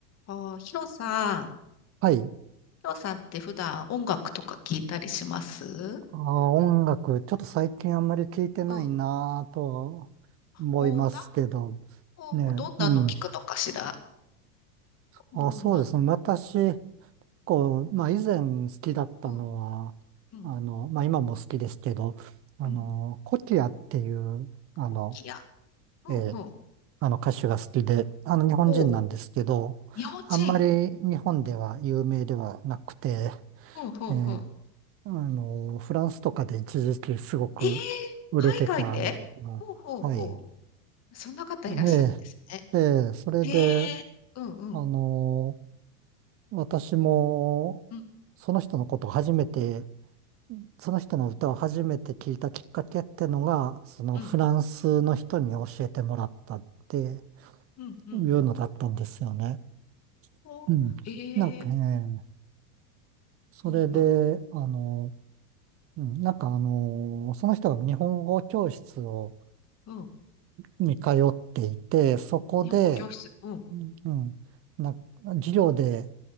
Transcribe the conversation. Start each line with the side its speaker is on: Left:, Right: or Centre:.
Left: ああ、ヒロさん、ヒ
Right: はい。
Left: ロさんって普段音楽とか聞いたりしますうん、
Right: あー、音楽、ちょっと最近あんまり聞いてないなぁと思いますけど、
Left: うん。ああ、おー、なんか、
Right: ね、
Left: どんなの聞くのかしら
Right: うん。
Left: どんな、
Right: あ、そうですね。私、こう、まあ以前好きだったのは、
Left: うん、うん、
Right: あの、まあ今も好きですけど、あの、
Left: うん。
Right: コキアっていう、あの、
Left: トキや、
Right: えー
Left: うん、うん。
Right: あの歌手が好きで、あの日本人なんですけど、
Left: お、日本人。
Right: あんまり日本では有名ではなくて、
Left: うん、うん、
Right: えー
Left: うん。
Right: あの、フランスとかで一時期すごく売れてたんですが、
Left: ええ海外でほうほうほ
Right: はい。
Left: う。そんな方いらっしゃるんですね。
Right: ええ、ええ、それで、
Left: ええうん、うん、
Right: あの、私も、
Left: うん、
Right: その人のことを初めて、その人の歌を初めて聞いたきっかけってのが、そのフランスの人に教えてもらったって
Left: うん、うん、うん。
Right: いうのだったんですよね。
Left: ほう、
Right: うん。なんかね、
Left: ええ
Right: それで、
Left: うん、うん、
Right: あの、うん、なんかあの、その人が日本語教室を、
Left: うん。
Right: に通っていて、そこで、
Left: 日本語教室。うん、
Right: うん、な、授業で